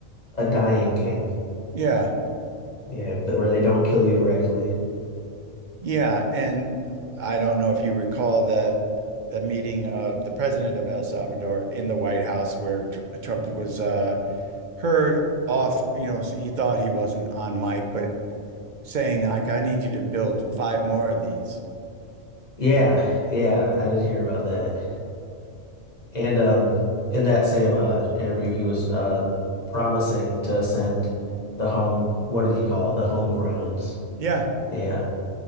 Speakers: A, on the left (about 35°); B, on the right (about 45°).
A: A dying camp.
B: Yeah,
A: Yeah, but where they don't kill you directly.
B: yeah, and I don't know if you recall the the meeting of the president of El Salvador in the White House where tr Trump was uh, heard off. You know, he thought he wasn't on mic, but saying like, I need you to build five more of these.
A: Yeah, yeah, I did hear about that. And um, in that same uh, interview, he was uh, promising to send the home, what did he call it? The homegrowns.
B: Yeah,
A: Yeah.